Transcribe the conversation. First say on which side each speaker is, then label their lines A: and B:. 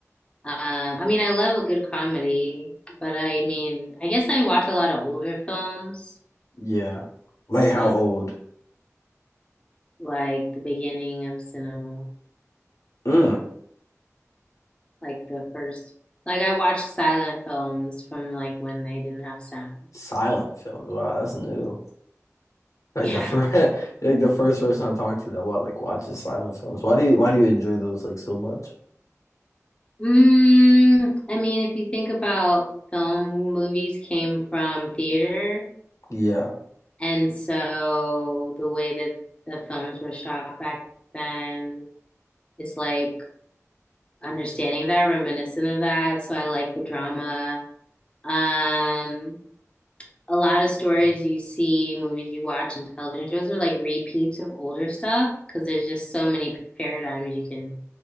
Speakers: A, on the left; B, on the left.
A: Um, I mean, I love a good comedy, but I mean, I guess I watch a lot of older films.
B: Yeah. Like
A: So
B: how old?
A: like the beginning of cinema,
B: Mm.
A: like the first, like I watched silent films from like when they didn't have sound. <laughs>
B: Silent films. Wow, that's new. Like
A: Yeah.
B: the first, <laughs> like the first person I talked to that what like watches silent films. Why do you why do you enjoy those like so much?
A: Mm, I mean, if you think about film, movies came from theater,
B: Yeah,
A: and so the way that the films were shot back then is like understanding that, reminiscent of that. So I like the drama. Um, a lot of stories you see, movies you watch, and television shows are like repeats of older stuff because there's just so many paradigms you can